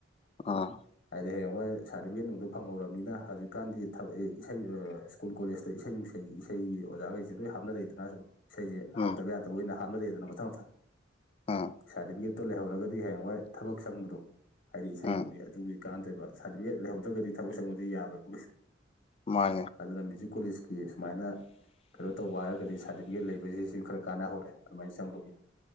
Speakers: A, on the left; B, on the left.
A: ꯑ
B: ꯍꯥꯏꯗꯤ ꯍꯌꯦꯡꯋꯥꯏ ꯁꯥꯔꯇꯤꯐꯤꯀꯦꯠ ꯅꯨꯡꯗꯨ ꯐꯪꯍꯧꯔꯕꯅꯤꯅ ꯍꯧꯖꯤꯛꯀꯥꯟꯗꯤ ꯏꯁꯩ ꯁ꯭ꯀꯨꯜ ꯀꯣꯂꯦꯖꯇ ꯏꯁꯩ ꯅꯨꯡꯁꯒꯤ ꯏꯁꯩꯒꯤ ꯑꯣꯖꯥꯈꯩꯁꯦ ꯂꯣꯏ ꯍꯥꯞꯅ ꯂꯩꯗꯅ ꯁꯨꯝ ꯏꯁꯩꯁꯦ
A: ꯎꯝ
B: ꯍꯥꯞꯇꯕ
A: ꯎꯝ
B: ꯌꯥꯗꯕ ꯑꯣꯏꯅ ꯍꯥꯞꯅꯔꯦꯗꯅ ꯃꯊꯪ ꯃꯊꯪ
A: ꯑꯥ
B: ꯁꯥꯔꯇꯤꯐꯤꯀꯦꯠꯇꯣ ꯂꯩꯍꯧꯔꯒꯗꯤ ꯍꯌꯦꯡꯋꯥꯏ ꯊꯕꯛ ꯆꯪꯕꯗꯣ ꯍꯥꯏꯗꯤ ꯏꯁꯩ
A: ꯎꯝ
B: ꯅꯨꯡꯒꯤ ꯑꯗꯨꯒꯤ ꯀꯥꯟꯅꯗꯦꯕ ꯁꯥꯗꯤꯐꯤꯀꯦꯠ ꯂꯩꯍꯧꯗ꯭ꯔꯒꯗꯤ ꯊꯕꯛ ꯆꯪꯕꯗ ꯌꯥꯔꯣꯏꯕ ꯀꯩꯁꯨ
A: ꯃꯥꯅꯦ
B: ꯑꯗꯨꯅ ꯃ꯭ꯌꯨꯖꯤꯛ ꯀꯣꯂꯦꯖꯀꯤ ꯁꯨꯃꯥꯏꯅ ꯀꯩꯅꯣ ꯇꯧꯕ ꯍꯥꯏꯔꯒꯗꯤ ꯁꯥꯔꯇꯤꯐꯤꯀꯦꯠ ꯂꯩꯕꯁꯤꯁꯨ ꯈꯔ ꯀꯥꯟꯅꯍꯧꯔꯦ ꯑꯗꯨꯃꯥꯏꯅ ꯆꯪꯕꯒꯤ